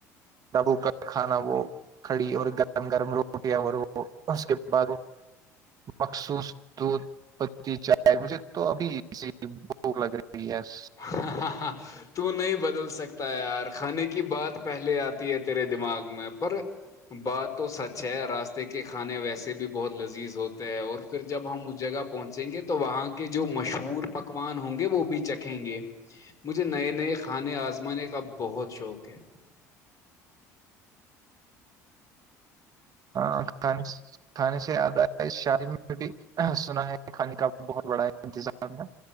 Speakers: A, on the right; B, on the left.
A: دبو کر کھانا وہ کھڑی اور گرم گرم رو یا اور وہ اس کے بعد وہ مخصوص پتی چائے مجھے تو ابھیی بھوک لگ رہی یس
B: ہاں ہاں ہاں تو نہیں بدل سکتا یار کھانے کی بات پہلے آتی ہے تیرے دماغ میں پر بات تو سچ ہے راستے کے کھانے ویسے بھی بہت لذیذ ہوتے ہے اور پھر جب ہم اس جگہ پہنچیں گے تو وہاں کے جو مشہور پکوان ہوں گے وہ بھی چک رکھیں گے مجھے نئے نئے کھانے آزمانے کا بہت شوق ہے
A: ہاں کھانے سے یاد اس شاد میں بھی سنا ہے کھانے کا بہت بڑا انتظام ہے